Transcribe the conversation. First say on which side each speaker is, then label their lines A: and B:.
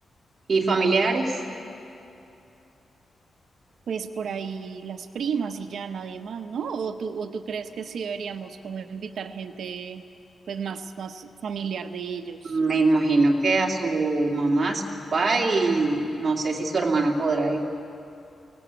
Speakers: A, on the right (about 40°); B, on the right (about 85°).
A: Y familiares,
B: Pues por ahí las primas y ya nadie más, ¿no? ¿O tú, o tú crees que sí deberíamos como invitar gente pues más, más familiar de ellos?
A: me imagino que a su mamá, a su papá y no sé si su hermana podrá ir.